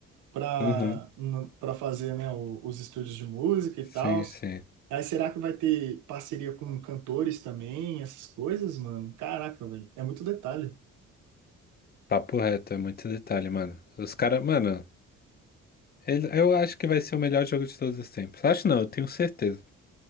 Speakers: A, on the right; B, on the left.
A: para
B: Uhum,
A: para fazer, né, o- os estúdios de música
B: sim,
A: e tal.
B: sim.
A: Aí será que vai ter parceria com cantores também, essas coisas, mano? Caraca, velho, é muito detalhe.
B: Papo reto, é muito detalhe, mano. Os caras, mano, ele- eu acho que vai ser o melhor jogo de todos os tempos. Acho não, eu tenho certeza.